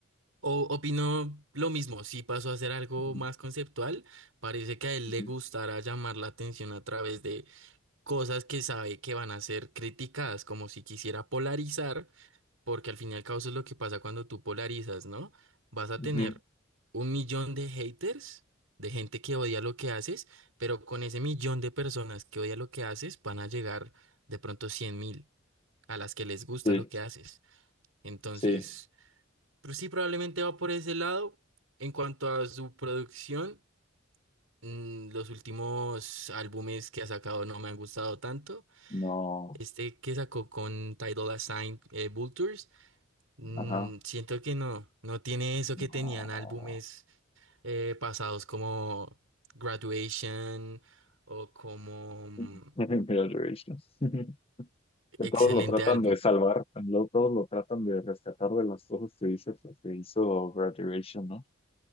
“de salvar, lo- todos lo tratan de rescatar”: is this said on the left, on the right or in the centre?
Left